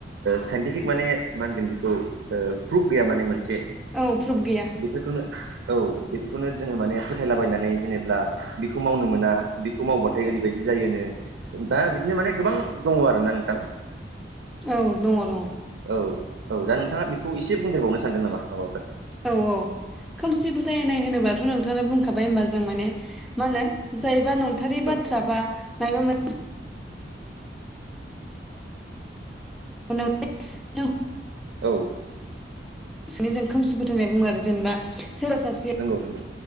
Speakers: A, on the right; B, in the centre.
A: साइन्टिफिक माने मा होनगोन बेखौ प्रुफ गैया माने मोनसे
B: औ प्रुफ गैया
A: बेफोरखौनो औ बेफोरखौनो जोङो माने फोथायलाबायनानै जेनेबब्ला बेखौ मावनो मोना बेखौ मावबाथाय ओरैबायदि जायोनो दा बिदिनो माने गोबां दङ आरो ना नोंथां।
B: औ दङ दङ।
A: औ औ दा नोंथाङा बेखौ एसे बुंदेरबावनो सानदों नामा माबाफोर
B: औ औ खोमसि फोथाय होनाय होनोब्लाथ' नोंथाङा बुंखाबाय होमबा जों माने मा होनो। जायबा नंथारारि
A: औ
B: बाथ्रा बा मायाबा मोन <unintelligible> <unintelligible>
A: औ
B: निजों खोमसि फोथाय होननाय बुङो आरो जेनेबा सोरबा सासे
A: नंगौ नंगौ।